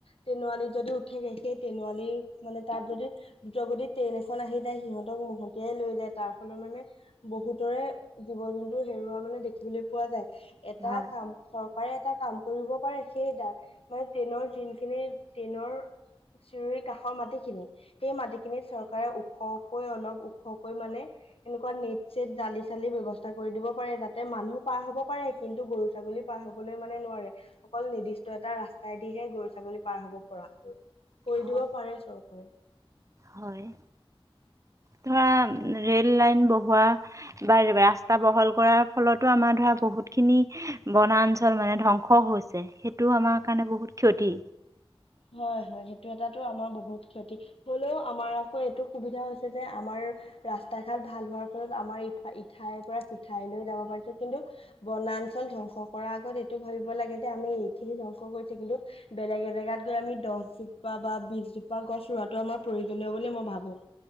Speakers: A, on the left; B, on the right.
A: তেনুৱালীত যদি উঠেগে সেই <unintelligible> মানে তাত যদি দ্ৰুতগতি ট্ৰেইন এখন আহি যায় সিহঁতক মতিয়াই লৈ যায় তাৰ ফলত মান মানে বহুতৰে জীৱ জন্তু হেৰুৱা মানে দেখিবলৈ পোৱা যায়, এটা
B: হয়
A: কাম চৰকাৰে এটা কাম কৰিব পাৰে সেই মানে ট্ৰেইনৰ যোনখিনি ট্ৰেইনৰ চিঞৰিৰ কাষৰ মাটিখিনি সেই মাটিখিনিত চৰকাৰে ওখকৈ অলপ ওখকৈ মানে এনেকুৱা নেট চেট জালি চালি ব্য্ৱস্থা কৰি দিব পাৰে যাতে মানুহ পাৰ হব পাৰে কিন্তু গৰু ছাগলী পাৰ হ'বলৈ মানে নোৱাৰে অকল নিৰ্দিষ্ট এটা ৰাস্তাইদিহে গৰু ছাগলী পাৰ হ'ব পৰাকৈ। কৰি
B: হয়
A: দিব পাৰে চৰকাৰে।
B: হয় ধৰা ৰে'ল লাইন বহোৱা বা ৰাস্তা বহল কৰাৰ ফলতো আমাৰ ধৰা বহুত বহুত খিনি বনাঞ্চল মানে ধ্বংস হৈছে সেইটোও আমাৰ কাৰণে বহুত ক্ষতি।
A: হয় হয় সেইটো এটাাতো আমাৰ বহুত ক্ষতি, হলেও আমাৰ আকৌ এইটো সুবিধা হৈছে যে আমাৰ ৰাস্তা ঘাট ভাল হোৱাৰ ফত আমাৰ ইঠাইৰ পৰা সিঠাইলৈ যাব পাৰিছো কিন্তু বনা অঞ্চল ধ্বংস কৰাৰ আগত এইটো ভাবিব লাগে যে আমি এইখিনি ধ্বংস কৰিছো কিন্তু বেলেগ এজেগাত আমি দহজোপা বা বিশজোপা গছ ৰোৱটো আমাৰ প্ৰয়োজনীয় বুলি মই ভাবো।